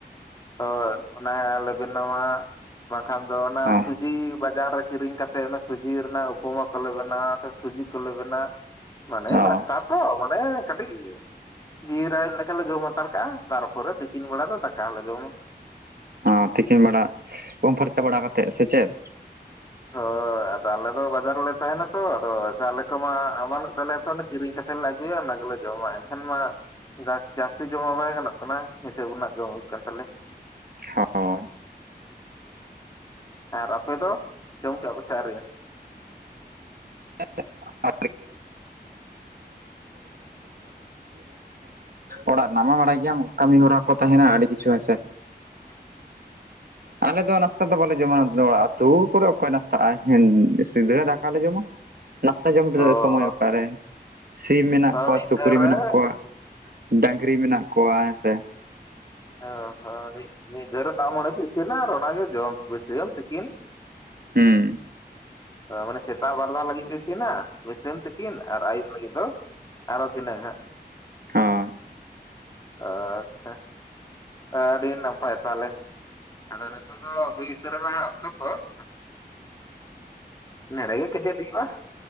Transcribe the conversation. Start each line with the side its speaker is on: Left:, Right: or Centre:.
Left: ᱦᱚᱭ ᱚᱱᱟᱞᱮ ᱵᱮᱱᱟᱣᱟ, ᱵᱟᱝ ᱠᱷᱟᱱ ᱫᱚ ᱚᱱᱟ
Right: ᱦᱚᱸ
Left: ᱥᱩᱡᱤ ᱵᱟᱡᱟᱨ ᱨᱮ ᱠᱤᱨᱤᱧ ᱠᱟ ᱛᱮ ᱚᱱᱟ ᱥᱩᱡᱤ ᱨᱮᱱᱟᱜ ᱩᱯᱚᱢᱟ ᱠᱚᱞᱮ ᱵᱮᱱᱟᱣᱟ ᱥᱩᱡᱤ ᱠᱚᱞᱮ ᱵᱮᱱᱟᱣᱟ ᱢᱟᱱᱮ
Right: ᱦᱚᱸ
Left: ᱱᱟᱥᱛᱟ ᱛᱚ ᱢᱟᱱᱮ ᱠᱟᱹᱴᱤᱡ ᱡᱤᱣᱤ ᱨᱟᱲᱮᱡ ᱞᱮᱠᱟ ᱞᱮ ᱡᱚᱢ ᱦᱟᱛᱟᱲ ᱠᱟᱜᱼᱟ ᱛᱟᱨᱯᱚᱨᱮ ᱛᱤᱠᱤᱱ ᱵᱮᱲᱟ ᱫᱚ ᱫᱟᱠ ᱠᱟᱞᱮ ᱡᱚᱢ ᱢᱟ ᱾
Right: ᱦᱚᱸ ᱛᱤᱠᱤᱱ ᱵᱮᱲᱟ ᱩᱢ ᱯᱷᱟᱨᱪᱟ ᱵᱟᱲᱟ ᱠᱟᱛᱮᱜ ᱥᱮ ᱪᱮᱫ?
Left: ᱦᱚᱭ ᱟᱫᱚ ᱟᱞᱮ ᱫᱚ ᱵᱟᱡᱟᱨ ᱨᱮᱞᱮ ᱛᱟᱦᱮᱸᱱᱟ ᱛᱚ ᱟᱫᱚ ᱪᱟᱣᱞᱮ ᱠᱚᱢᱟ ᱵᱟᱹᱱᱩᱜ ᱛᱟᱞᱮᱭᱟ ᱛᱚ ᱚᱱᱟ ᱠᱤᱨᱤᱧ ᱠᱟᱛᱮ ᱞᱮ ᱟᱹᱜᱩᱭᱟ ᱚᱱᱟ ᱜᱮᱞᱮ ᱡᱚᱢᱟ ᱾ ᱠᱷᱟᱱ ᱢᱟ ᱡᱟᱥ ᱡᱟᱹᱥᱛᱤ ᱡᱚᱢ ᱢᱟ ᱵᱟᱭ ᱜᱟᱱᱚᱜ ᱠᱟᱱᱟ ᱦᱤᱥᱟᱹᱵ ᱨᱮᱱᱟᱜ ᱡᱚᱢ ᱦᱩᱭᱩᱜ ᱠᱟᱱ ᱛᱟᱞᱮ ᱾
Right: ᱦᱚᱸ ᱾
Left: ᱟᱨ ᱟᱯᱮ ᱫᱚ ᱡᱚᱢ ᱠᱮᱜ ᱟᱯᱮ ᱥᱮ ᱟᱣᱨᱤ ᱭᱟ ᱾
Right: <unintelligible> ᱚᱲᱟᱜ ᱨᱮᱱᱟᱜ ᱢᱟ ᱵᱟᱲᱟᱭ ᱜᱮᱭᱟᱢ ᱠᱟᱹᱢᱤ ᱦᱚᱨᱟ ᱠᱚ ᱛᱟᱦᱮᱸᱱᱟ ᱟᱹᱰᱤ ᱠᱤᱪᱷᱩ ᱦᱮᱸᱥᱮ
Left: <inaudible>
Right: ᱟᱞᱮ ᱫᱚ ᱱᱟᱥᱛᱟ ᱫᱚ ᱵᱟᱞᱮ ᱡᱚᱢᱟ ᱟᱹᱛᱩ ᱠᱚᱨᱮ ᱚᱠᱚᱭ ᱱᱟᱥᱛᱟᱜᱼᱟᱭ ᱥᱤᱫᱷᱟᱹ ᱫᱟᱠᱟᱞᱮ ᱡᱚᱢᱟ ᱾ ᱱᱟᱥᱛᱟ ᱡᱚᱢ
Left: ᱚ
Right: ᱨᱮ ᱥᱚᱢᱚᱭ ᱚᱠᱟᱨᱮ ᱥᱤᱢ ᱢᱮᱱᱟᱜ
Left: ᱦᱚᱸ
Right: ᱠᱚᱣᱟ
Left: ᱢᱤᱫ
Right: ᱥᱩᱠᱨᱤ
Left: ᱫᱷᱟᱣ ᱨᱮ
Right: ᱢᱮᱱᱟᱜ ᱠᱚᱣᱟ ᱾ ᱰᱟᱝᱨᱤ ᱢᱮᱱᱟᱜ ᱠᱚᱣᱟ ᱦᱮᱸ ᱥᱮ ᱾
Left: ᱚ ᱦᱚᱸ ᱾ ᱢᱤᱫ ᱫᱷᱟᱹᱣ ᱨᱮ ᱫᱟᱜᱽ ᱢᱟᱹᱰᱤ ᱠᱚ ᱤᱥᱤᱱᱟ ᱟᱨ ᱚᱱᱟᱜᱮ ᱡᱚᱢ ᱵᱟᱹᱥᱭᱟᱢ ᱛᱤᱠᱤᱱ
Right: ᱦᱩᱸ ᱾
Left: ᱢᱟᱱᱮ ᱥᱮᱛᱟᱜ ᱵᱟᱨ ᱫᱷᱟᱣ ᱞᱟᱹᱜᱤᱜ ᱯᱮ ᱤᱥᱤᱱᱟ ᱵᱟᱹᱭᱥᱟᱹᱢ, ᱛᱤᱠᱤᱱ ᱟᱨ ᱟᱹᱭᱩᱵ ᱞᱟᱹᱜᱤᱫ ᱫᱚ ᱟᱨ ᱦᱚᱸ ᱫᱤᱱᱟᱝ ᱦᱟᱸᱜ
Right: ᱦᱚᱭ ᱾
Left: ᱟᱪᱪᱷᱟ, ᱟᱹᱰᱤ ᱱᱟᱯᱟᱭ ᱛᱟᱦᱞᱮ ᱾ ᱟᱫᱚ ᱱᱤᱛᱚᱜ ᱫᱚ ᱦᱩᱭ ᱩᱛᱟᱹᱨ ᱟᱞᱟᱧᱟᱜ ᱚᱠᱛᱚ ᱠᱚ ᱾ ᱱᱚᱰᱮ ᱜᱮ ᱠᱮᱪᱮᱫ ᱦᱩᱭᱩᱜᱼᱟ